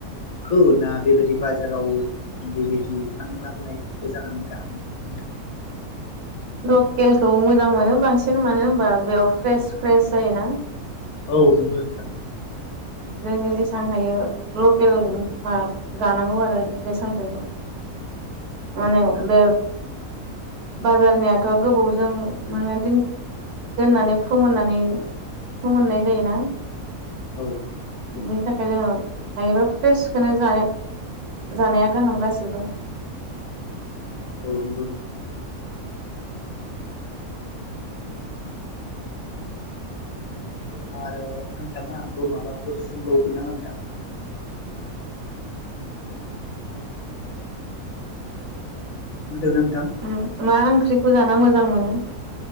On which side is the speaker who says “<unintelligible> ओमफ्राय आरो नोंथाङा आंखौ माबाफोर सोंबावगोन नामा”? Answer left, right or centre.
Left